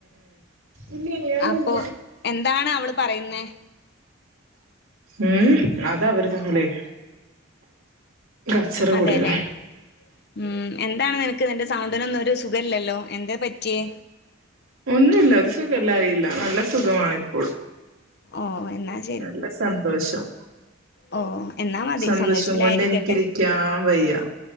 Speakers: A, on the right (about 80°); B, on the left (about 50°).
A: ഉം
B: അപ്പൊ
A: ഉം
B: എന്താണ് അവള് പറയുന്നെ
A: ഉം അത അവര് തമ്മിലെയ് കച്ചറ
B: അതെല്ലേ
A: കൂടിയതാ
B: ഉം എന്താണ് നിനക്ക് നിന്റെ സൗണ്ടിനൊന്നും ഒരു സുഖല്ലല്ലോ എന്തെ പറ്റിയേ
A: ഒന്നുല്ല ഒരു സുഖല്ലായില്ല നല്ല സുഖമാണ് ഇപ്പോൾ
B: ഓഹ് എന്നാല്
A: നല്ല സന്തോഷം
B: ഓ എന്നാ മതി
A: സന്തോഷം
B: സന്തോഷത്തിലായിരിക്കട്ടെ
A: കൊണ്ട് എനിക്കിരിക്കാൻ വെയ്യ